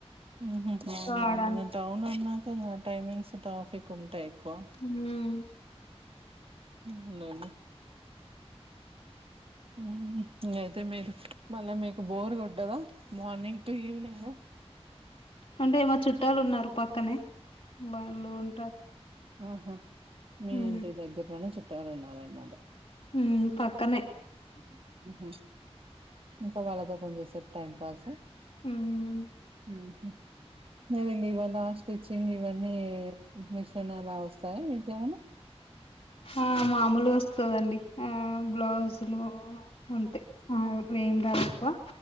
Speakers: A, on the right (about 60°); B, on the left (about 50°).
A: ఉహు అవునండి
B: రావడానికి.
A: ఇగ టౌన్ అన్నాక ఇ టైమింగ్స్ ట్రాఫిక్ ఉంటాయి ఎక్కువ
B: ఉమ్
A: ఉమ్ నన్ను ఉమ్ ఇంగయితే మీరు మళ్ళ మీకు బోర్ కొట్టదా మార్నింగ్ టు ఈవినింగ
B: అంటే ఏమో చుట్టాలు ఉన్నారు పక్కనే వాళ్ళు ఉంటా
A: ఆహా మీ
B: ఉమ్
A: ఇంటి దగ్గరలోనే చుట్టాలు ఉన్నరన్మాట
B: ఉమ్ పక్కనే
A: ఉహు ఇంకా వాళ్ళతో కొంచెం సేపు టైం పాస
B: ఉమ్
A: ఉమ్ మండి ఇవాళ స్టిచ్చింగ్ ఇవన్నీ మిషనలా వస్తాయ మీకేమన్న
B: ఆ మామూలుగోస్తదండి ఆ బ్లౌజ్ లు అంతే ఆ ఎమ్మెవెక్కువ